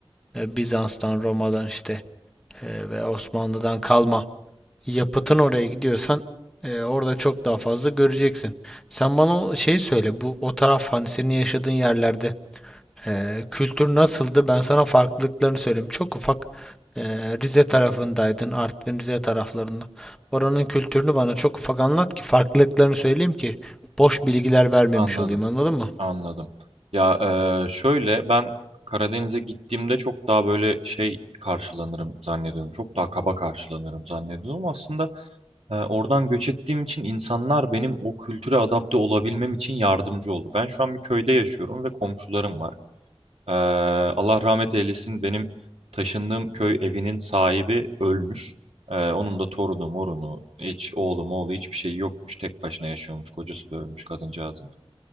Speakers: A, in the centre; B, on the right (about 80°).
A: e, Bizans'tan, Roma'dan işte e, ve Osmanlı'dan kalma yapıtın oraya gidiyorsan e, orada çok daha fazla göreceksin. Sen bana şey söyle. Bu o taraf hani senin yaşadığın yerlerde e, kültür nasıldı? Ben sana farklılıklarını söyleyeyim. Çok ufak e, Rize tarafındaydın, Artvin Rize taraflarında. Oranın kültürünü bana çok ufak anlat ki farklılıklarını söyleyeyim ki boş bilgiler vermemiş
B: Anladım.
A: olayım. Anladın mı?
B: Anladım. Ya e, şöyle ben Karadeniz'e gittiğimde çok daha böyle şey karşılanırım zannediyorum. Çok daha kaba karşılanırım zannediyorum. Aslında e, oradan göç ettiğim için insanlar benim o kültüre adapte olabilmem için yardımcı oldu. Ben şu an bir köyde yaşıyorum ve komşularım var. E, Allah rahmet eylesin benim taşındığım köy evinin sahibi ölmüş. E, onun da torunu morunu hiç oğlu moğlu hiçbir şey yokmuş. Tek başına yaşıyormuş. Kocası da ölmüş kadıncağızın.